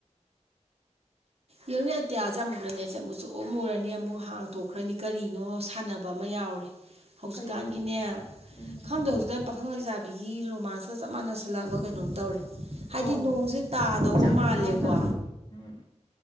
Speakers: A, on the right; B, on the left.
A: ꯌꯦꯡꯎꯅꯦ ꯑꯇꯤꯌꯥꯁꯦ ꯑꯃꯨꯛꯅꯅꯦꯁꯦ ꯃꯨꯁꯨꯛ ꯃꯨꯔꯅꯤ ꯑꯃꯨꯛ ꯍꯥꯡꯊꯣꯛꯈ꯭ꯔꯅꯤ ꯀꯔꯤꯅꯣ ꯁꯥꯟꯅꯕ ꯑꯃ ꯌꯥꯎꯔꯦ ꯍꯧꯖꯤꯛꯀꯥꯟꯒꯤꯅꯦ
B: ꯀꯩ ꯎꯝ
A: ꯈꯪꯗꯦ ꯍꯧꯖꯤꯛꯀꯥꯟ ꯄꯥꯈꯪ ꯂꯩꯁꯥ ꯕꯤꯒꯤ ꯔꯣꯃꯥꯟꯁꯀ ꯆꯞ ꯃꯥꯟꯅꯁꯜꯂꯛꯑꯕ ꯀꯩꯅꯣꯝ ꯇꯧꯔꯦ ꯍꯥꯏꯗꯤ
B: ꯑꯧ
A: ꯅꯣꯡꯁꯦ ꯇꯥꯗꯧꯕ
B: ꯖꯛ
A: ꯃꯥꯜꯂꯦꯀꯣ
B: ꯂꯥꯎꯅ ꯎꯝ